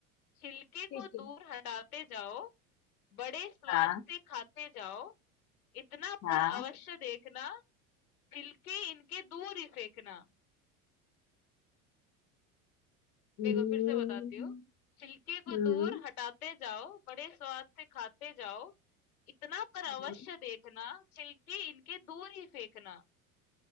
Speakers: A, on the left (about 85°); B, on the left (about 40°).
A: छिलके को
B: ठीक
A: दूर
B: है
A: हटाते जाओ, बड़े स्वाद
B: हाँ
A: से खाते जाओ, इतना
B: हाँ
A: पर अवश्य देखना, छिलके इनके दूर ही फेंकना।
B: हम्म
A: देखो फिर से बताती हूँ। छिलके को
B: हम्म
A: दूर हटाते जाओ, बड़े स्वाद से खाते जाओ, इतना पर
B: हम्म।
A: अवश्य देखना, छिलके इनके दूर ही फेंकना।